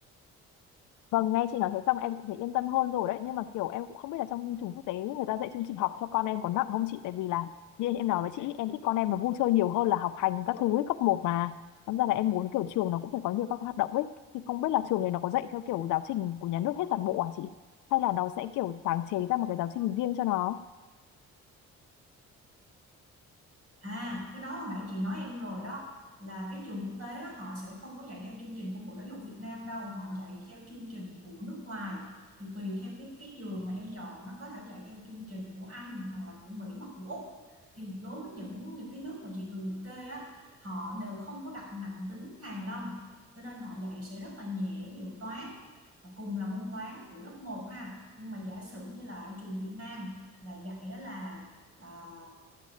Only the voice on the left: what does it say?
Vâng, nghe chị nói thế xong em cũng thấy yên tâm hơn rồi đấy. Nhưng mà kiểu em cũng không biết là trong chương trình quốc tế người ta dạy chương trình học cho con em có nặng không chị? Tại vì là như em nói với chị, em thích con em nó vui chơi nhiều hơn là học hành các thứ ấy, cấp một mà. Thành ra là em muốn kiểu trường nó cũng phải có nhiều các hoạt động ấy. Thì không biết là trường này nó có dạy theo kiểu giáo trình của nhà nước hết toàn bộ à chị? Hay là nó sẽ kiểu sáng chế ra một cái giáo trình riêng cho nó?